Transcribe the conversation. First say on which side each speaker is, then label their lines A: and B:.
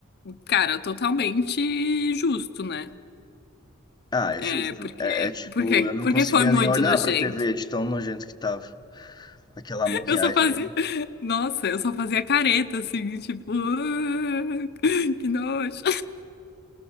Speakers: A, on the left (about 50°); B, on the left (about 20°).
A: Cara, totalmente justo, né?
B: Ah, é
A: É,
B: justo.
A: porque,
B: É, é tipo,
A: porque,
B: eu não
A: porque
B: conseguia
A: foi muito
B: nem olhar
A: nojento.
B: pra TV de tão nojento que tava. Aquela maquiagem
A: Eu só fazia. Nossa, eu só fazia careta, assim, tipo. "Ah, Que nojo.